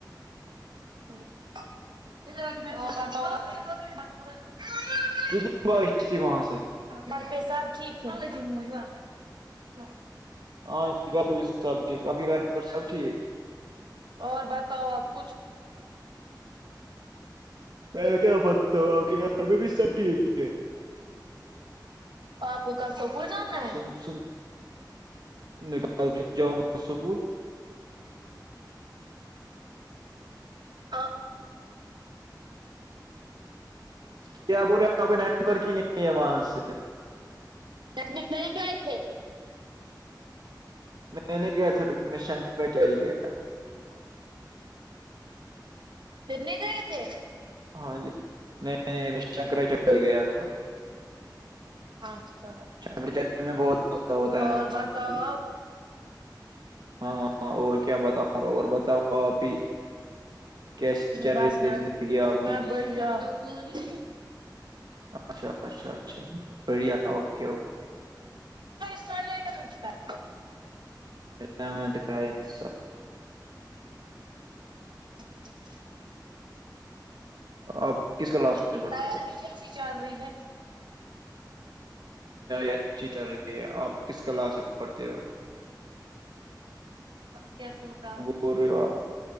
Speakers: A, on the right (about 80°); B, on the right (about 60°).
A: تو س میں
B: کتنی بارش تھی وہاں سے
A: برپے سب ٹھیک ہے مو و
B: ہاں گھر پہ سب ٹھیک آ گھر پر سب ٹھیک
A: اور بتاؤ آپ کچھ
B: میں کیا بتتا ہوں آپ کے گھر پہ بھی سب ٹھیک ہے
A: اور آپ کو کل سپول جانا ہے
B: سن سن نکال کے جاؤں گا سکول
A: آپ
B: کیا بول رہے آپ نیٹ ورک ہی نہیں ہے وہاں سے
A: تکمش نہیں گئے تھے
B: میں نے گیا تھا پ میں شنکرچ گیا تھا
A: پھر نہیں جی تھے
B: ہاں جی نہیں نہیں ہم شنکراچار گیا تھا <unintelligible>
A: اچھا اچھا
B: شنکراچاری میں بہت مزہ ہوتا
A: اور
B: ہے
A: بتاؤ
B: ہاں جی
A: آپ <unintelligible>
B: ہاں ہاںاں اور کیا بتاؤں گا اور بتاؤ اب بھی <unintelligible> کیسی چل
A: بس
B: رہی
A: میں
B: ہے زندگی آپ
A: میں
B: <unintelligible>
A: بھیا <unintelligible>
B: اچھا اچھا اچھاڑیا اوکے اوکے <unintelligible>
A: سٹال نمسکار
B: ال م کا س
A: ہ ہ <unintelligible>
B: آپ کس کلاس میں
A: تیاری
B: پڑھتے ہو
A: کیسی چل رہی ہے
B: اچھی چل رہی ہے آپ کس کلاس میں پڑھتے ہو
A: کیس گ
B: ب رہےو آپ